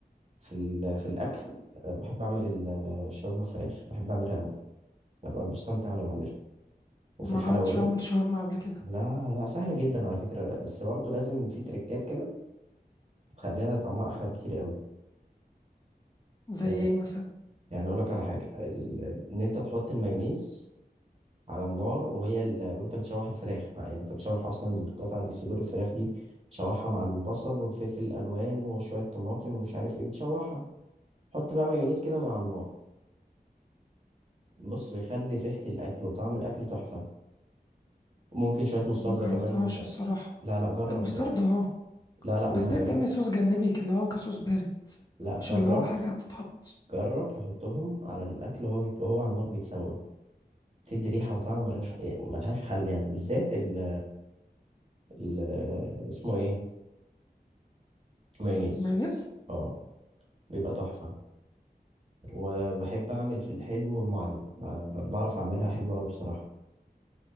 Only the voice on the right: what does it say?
في ال- في الاكل آه، بحب اعمل ال- الشاورما فراخ بحب اعملها قوي ببقى مستمتع وانا بعملها وفي
الحلويات
لا لا سهله جدا على فكره بس برضه لازم في تريكات كده تخليها طعمها احلى بكتير قوي
آه،
يعني اقول لك على حاجه ال- ان انت تحط المايونيز على النار وهي ال... وانت بتشوح الفراخ مع- يعني انت بتشوح اصلا القطع الصدور الفراخ دي تشوحها مع البصل والفلفل الالوان وشويه طماطم ومش عارف ايه بتشوحها حط بقى مايونيز كده وهي على النار بص بيخلي ريحه الاكل وطعم الاكل تحفه ممكن شوية مستردة
كمان
لا لا جرب
لا لا والمايونيز
لا جرب
جرب تحطهم على الأكل وهو بيت... وهو على النار بيتسوى تدي ريحة وطعم ملهاش ملهاش حل يعني بالذات ال... ال... اسمه ايه مايونيز
اه بيبقى تحفة وبحب أعمل في الحلو أم علي ب... ب- بعرف أعملها حلوة أوي بصراحة